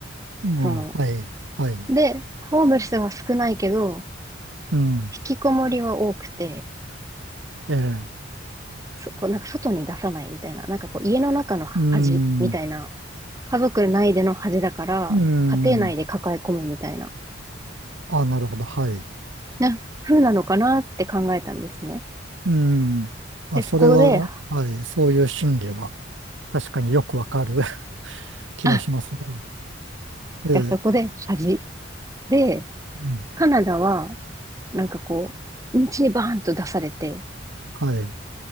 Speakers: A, on the right; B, on the right.
A: もう、
B: その、
A: はい、はい。
B: で、ホームレスは少ないけど、
A: うん、
B: 引きこもりは多くて、
A: ええ、
B: そこうなんか外に出さないみたいな、なんかこう家の中の恥みたいな、
A: うん、
B: 家族内での恥だから、
A: うん。
B: 家庭内で抱え込むみたいな、
A: あ、なるほど、はい。
B: な、風なのかなって考えたんですね。
A: うん。あ、
B: で、
A: それは、
B: そこで、
A: はい、そういう心理は、確かによくわかる <laughs> 気がしますね。
B: あ、だ
A: ええ、
B: そこで恥。で、
A: うん
B: カナダは、なんかこう、道にバーンと出されて、
A: はい。